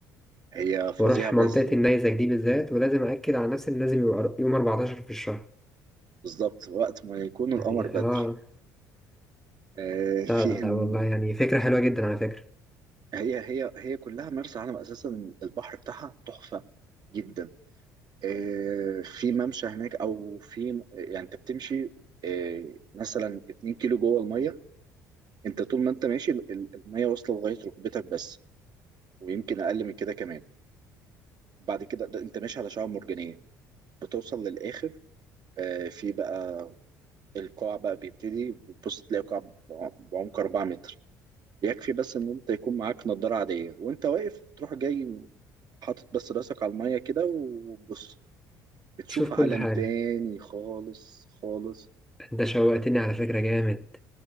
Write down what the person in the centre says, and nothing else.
وأروح
منطقة النيزك دي بالذات ولازم أأكد على نفسي إن لازم يبقى يوم 14 في الشهر
يعني
آه
لا لا
والله يعني فكرة حلوة جدا على فكرة
تشوف
كل حاجة
انت شوقتني على فكرة جامد